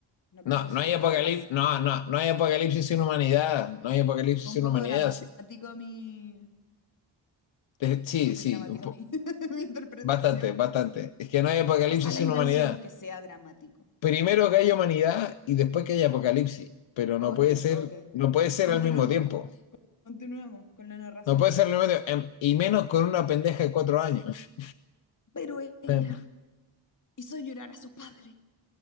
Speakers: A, on the left; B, on the left.
A: No
B: No,
A: quiero decirlo
B: no hay apocalipsis,
A: de raza.
B: no, no, no hay apocalipsis sin humanidad, no hay apocalipsis
A: Fue
B: sin
A: un poco
B: humanidad,
A: dramático
B: sí,
A: mi...
B: Te- sí,
A: Fue muy
B: sí,
A: dramática
B: un po-
A: mi, <laughs> mi interpretación.
B: bastante, bastante. Es que no hay apocalipsis
A: Esa es la
B: sin
A: intención,
B: humanidad.
A: que sea dramático.
B: Primero que haya humanidad y después que haya apocalipsis, pero no
A: Ok,
B: puede ser,
A: ok.
B: no puede ser
A: Continuemos,
B: al mismo tiempo.
A: continuemos con la narración.
B: No puede ser al mismo tiempo, em, y menos con una pendeja de cuatro años.
A: Pero ella
B: <laughs>
A: hizo llorar a su padre